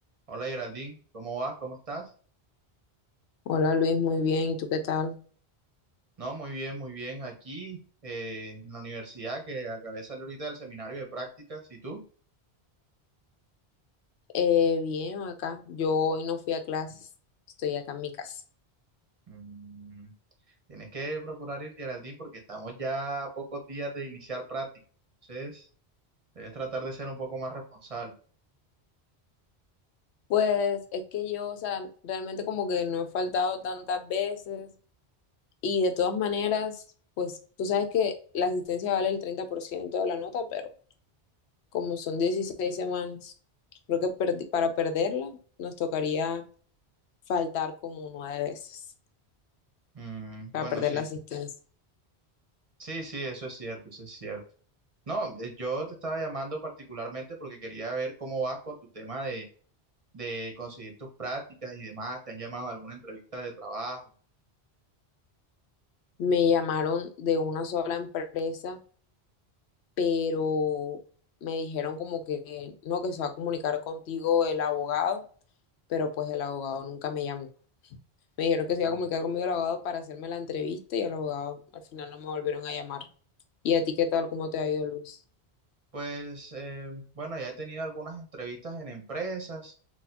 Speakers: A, on the right; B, on the left.
A: Hola Geraldine, ¿cómo vas? ¿Cómo estás?
B: Hola Luis, muy bien. ¿Y tú qué tal?
A: No, muy bien, muy bien. Aquí eh, en la universidad que acabé de salir ahorita del seminario de prácticas, ¿y tú?
B: Eh, bien, acá. Yo hoy no fui a clases, estoy acá en mi casa.
A: Mm, tienes que procurar ir, Geraldine, porque estamos ya a pocos días de iniciar prácticas. Entonces, debes tratar de ser un poco más responsable.
B: Pues es que yo, o sea, realmente como que no he faltado tantas veces y de todas maneras, pues tú sabes que la asistencia vale el 30% de la nota, pero como son 16 semanas, creo que perdi- para perderla nos tocaría faltar como nueve veces
A: Mm,
B: para
A: bueno,
B: perder
A: sí.
B: la asistencia.
A: Sí, sí, eso es cierto, eso es cierto. No, eh, yo te estaba llamando particularmente porque quería ver cómo vas con tu tema de, de conseguir tus prácticas y demás. ¿Te han llamado a alguna entrevista de trabajo?
B: Me llamaron de una sola empresa pero me dijeron como que no, que se va a comunicar contigo el abogado, pero pues el abogado nunca me llamó. Me dijeron que se
A: Mm,
B: iba a comunicar conmigo el abogado para hacerme la entrevista y el abogado al final no me volvieron a llamar. ¿Y a ti qué tal? ¿Cómo te ha ido, Luis?
A: Pues eh, bueno, ya he tenido algunas entrevistas en empresas,